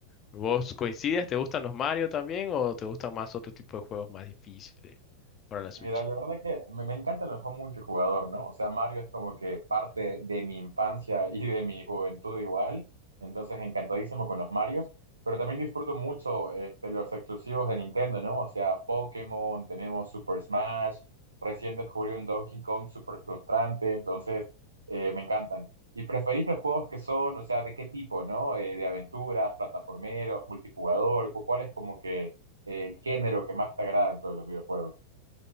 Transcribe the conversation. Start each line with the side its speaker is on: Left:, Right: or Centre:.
Left: ¿Vos coincides? ¿Te gustan los Mario también o te gustan más otro tipo de juegos más difíciles para la Switch?
Right: Mira, la verdad que me, me encanta el juego multijugador, ¿no? O sea, Mario es como que parte de mi infancia y de mi juventud igual, entonces encantadísimo con los Marios, pero también disfruto mucho este, los exclusivos de Nintendo, ¿no? O sea, Pokémon, tenemos Super Smash, recién descubrí un Donkey Kong súper frustrante, entonces eh, me encantan. ¿Y preferís los juegos que son, o sea, de qué tipo, ¿no? Eh, de aventuras, plataformeros, multijugador, ¿cu- ¿cuál es como que eh, el género que más te agrada en todos los videojuegos?